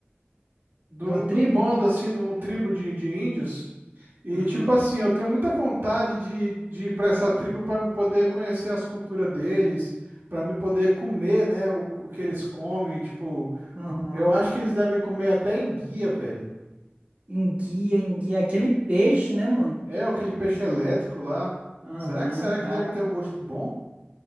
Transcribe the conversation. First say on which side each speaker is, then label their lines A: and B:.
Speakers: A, on the right; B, on the right.
A: de
B: De
A: um,
B: uma tribo?
A: de um bando, assim, de um tribo de, de índios. E,
B: Aham,
A: tipo assim, eu tenho muita vontade de, de ir pra essa tribo pra me poder conhecer as culturas deles, pra me poder comer, né, o, o que eles comem, tipo,
B: aham.
A: eu acho que eles devem comer até enguia, velho.
B: Enguia, enguia, aquele peixe, né, mano?
A: É aquele peixe elétrico lá.
B: Aham.
A: Será que será que
B: Ah,
A: deve ter um gosto bom?